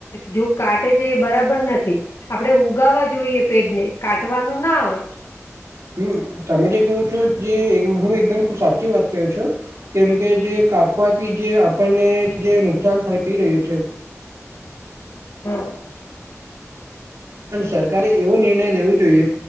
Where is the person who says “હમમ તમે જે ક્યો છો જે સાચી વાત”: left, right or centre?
Right